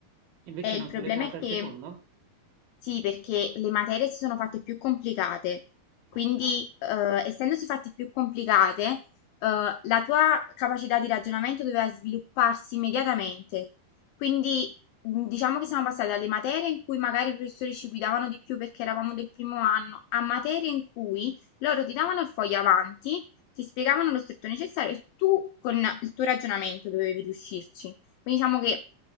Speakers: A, on the right (about 70°); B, on the left (about 90°).
A: Invece
B: Eh, il
A: no,
B: problema
A: tu l'hai provata
B: è che
A: al secondo?
B: sì, perché le materie si sono fatte più complicate, quindi
A: Ah, Ok.
B: eh, essendosi fatte più complicate, eh, la tua capacità di ragionamento doveva svilupparsi immediatamente. Quindi mh, diciamo che siamo passati dalle materie in cui magari i professori ci guidavano di più perché eravamo del primo anno, a materie in cui loro ti davano il foglio avanti, ti spiegavano lo stretto necessario e tu con il tuo ragionamento dovevi riuscirci. Quindi diciamo che